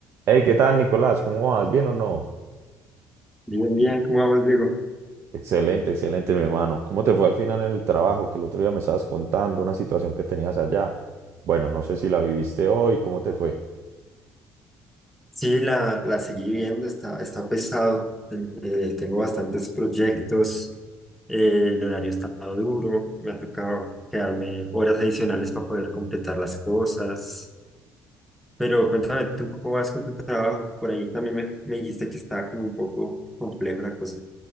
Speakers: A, on the right; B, in the centre.
A: Hey, ¿qué tal, Nicolás? ¿Cómo vas? ¿Bien o no?
B: Bien, bien, ¿cómo vamos, Diego?
A: Excelente, excelente, mi hermano. ¿Cómo te fue al final en el trabajo? Que el otro día me estabas contando una situación que tenías allá. Bueno, no sé si la viviste hoy, ¿cómo te fue?
B: Sí, la, la seguí viendo, está, está pesado, eh, tengo bastantes proyectos, eh, el horario está duro, me ha tocado quedarme horas adicionales para poder completar las cosas, pero cuéntame tú cómo vas con tu trabajo, por ahí también me, me dijiste que estaba como un poco compleja la cosa.